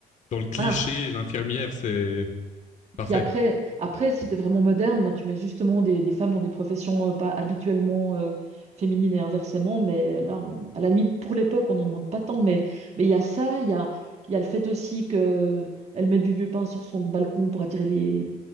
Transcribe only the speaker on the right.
Voilà.
Puis après, après si tu es vraiment moderne, bah, tu mets justement des, des femmes dans des professions euh, pas habituellement euh, féminines et inversement. Mais là, on- à la limite, pour l'époque, on n'en demande pas tant. Mais mais il y a ça, il y a, il y a le fait aussi que elle met du vieux pain sur son balcon pour attirer les,